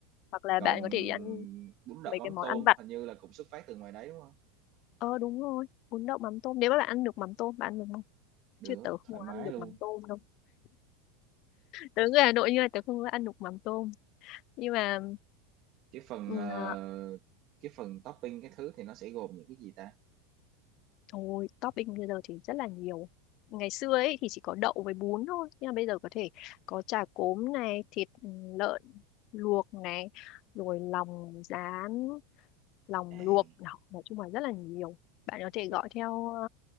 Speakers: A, on the left; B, on the right.
A: hoặc là
B: còn
A: bạn có thể đi ăn
B: bún đậu
A: mấy
B: mắm
A: cái món
B: tôm
A: ăn vặt
B: hình như là cũng xuất phát từ ngoài đấy đúng không
A: ờ đúng rồi bún đậu mắm tôm nếu mà bạn ăn được mắm tôm bạn ăn được không
B: được
A: chứ tớ không
B: thoải mái
A: ăn được
B: luôn
A: mắm tôm đâu tớ người Hà Nội nhưng mà tớ không có ăn được mắm tôm nhưng mà
B: cái phần
A: ừ,
B: ờ, cái phần topping cái thứ thì nó sẽ gồm những cái gì ta
A: Thôi, topping bây giờ thì rất là nhiều. Ngày xưa ấy thì chỉ có đậu với bún thôi, nhưng mà bây giờ có thể có chả cốm này, thịt ừ, lợn luộc này, rồi lòng rán, lòng
B: à
A: luộc, đó, nói chung là rất là nhiều. Bạn có thể
B: vậy
A: gọi theo ờ,